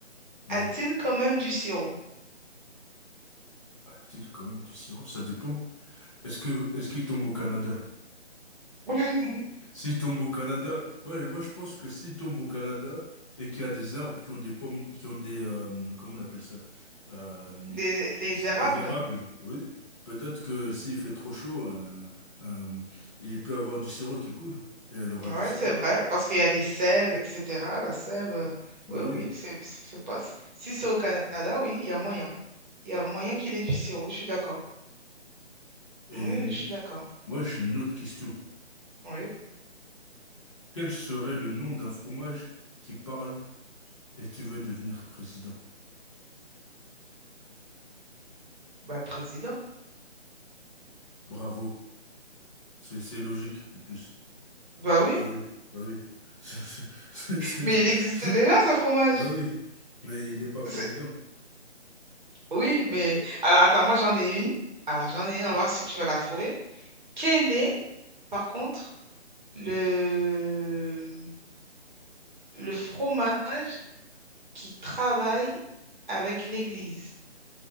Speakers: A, on the left; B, on the right.
A: oui.
B: a-t-il quand même du sirop?
A: A-t-il quand même du sirop? Ça dépend. Est-ce que est-ce qu'il tombe au Canada?
B: <laughs>
A: S'il tombe au Canada, moi, moi je pense que s'il tombe au Canada et qu'il y a des arbres qui ont des pommes, qui ont des euh, comment on appelle ça? Euh,
B: Des-
A: des,
B: les érables?
A: des érables, oui. Peut-être que s'il fait trop chaud, euh, euh, il peut avoir du sirop qui coule et elle aura
B: Ouais,
A: du sirop.
B: c'est vrai, parce qu'il y a les sèves, etc. La sève, euh,
A: Bah
B: oui, oui,
A: oui.
B: c'est c'est c'est pas. Si c'est au Canada, oui, il y a moyen. Il y a moyen qu'il ait du sirop, je suis d'accord.
A: Et
B: Oui, oui,
A: m-
B: je suis d'accord.
A: moi j'ai une autre question.
B: Oui,
A: Quel serait le nom d'un fromage qui parle et qui veut devenir président?
B: bah, président.
A: Bravo, c'est c'est logique en plus.
B: Bah oui,
A: Bah oui, bah oui. <laughs> C'est- c'est- c'est-
B: mais
A: le-
B: il existait déjà ce
A: <laughs>
B: fromage.
A: Bah oui, mais il n'est pas président.
B: C'est- Oui, mais. Alors attends, moi j'en ai une. Alors j'en ai une, on va voir si tu vas la trouver. Quelle est, par contre, le, le fromage qui travaille avec l'église.